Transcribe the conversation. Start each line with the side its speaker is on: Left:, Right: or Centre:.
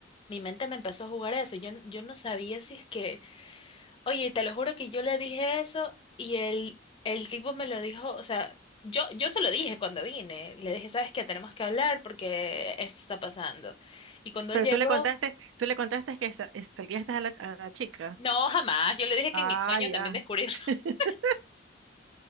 Left: mi mente me empezó a jugar eso. Yo, yo no sabía si es que, oye, te lo juro que yo le dije eso y el, el tipo me lo dijo, o sea, yo, yo se lo dije cuando vine. Le dije, ¿sabes qué? Tenemos que hablar porque esto está pasando. Y cuando
Right: Pero
Left: él llegó...
Right: tú le contaste, tú le contaste que esta- estalqueaste a la, a la chica.
Left: No, jamás. Yo le dije que
Right: Ah,
Left: en mi sueño
Right: ya.
Left: también descubrí
Right: <laughs>
Left: eso. <laughs>